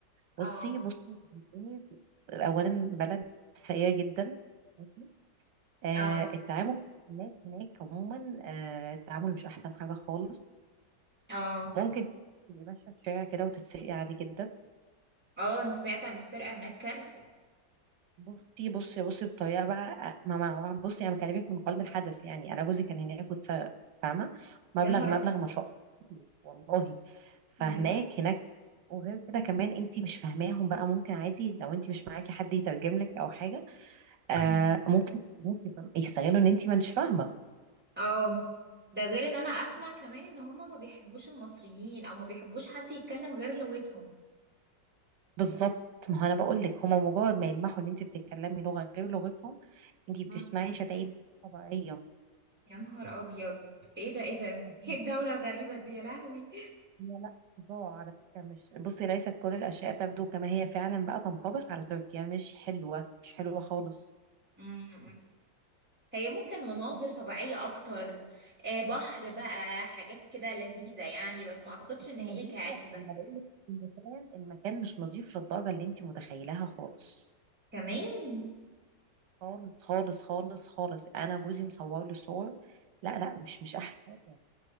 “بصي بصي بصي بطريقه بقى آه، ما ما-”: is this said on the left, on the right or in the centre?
Right